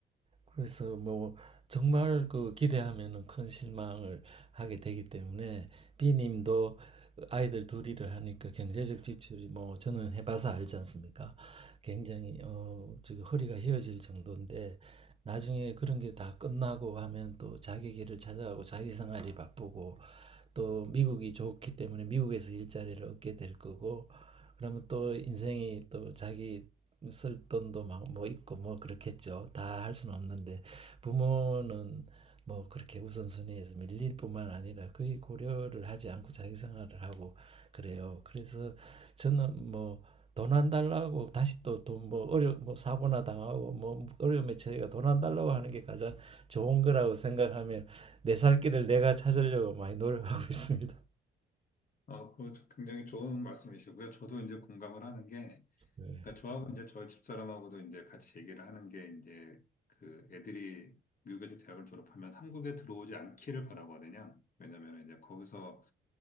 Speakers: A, on the right (about 30°); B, on the left (about 45°).
A: 그래서 뭐 정말 그 기대하면은 큰 실망을 하게 되기 때문에 B님도 아이들 둘일를 하니까 경제적 지출이 뭐 저는 해봐서 알지 않습니까? 굉장히 어 지금 허리가 휘어질 정도인데 나중에 그런 게 다 끝나고 하면 또 자기 길을 찾아가고 자기 생활이 바쁘고 또 미국이 좋기 때문에 미국에서 일자리를 얻게 될 거고 그러면 또 인생이 또 자기 쓸 돈도 막 뭐 있고 뭐 그렇겠죠. 다 할 수는 없는데 부모는 뭐 그렇게 우선순위에서 밀릴 뿐만 아니라 거의 고려를 하지 않고 자기 생활을 하고 그래요. 그래서 저는 뭐 돈 안 달라고 다시 또 돈 뭐 어려 뭐 사고나 당하고 뭐 어려움에 처해가 돈 안 달라고 하는 게 가장 좋은 거라고 생각하며 내 살 길을 내가 찾으려고 많이 노력하고 있습니다.
B: 아, 그 굉장히 좋은 말씀이시고요. 저도 이제 공감을 하는 게,
A: 네.
B: 그러니까 저하고 이제 저희 집사람하고도 이제 같이 얘기를 하는 게 이제 그 애들이 미국에서 대학을 졸업하면 한국에 들어오지 않기를 바라거든요. 왜냐면 이제 거기서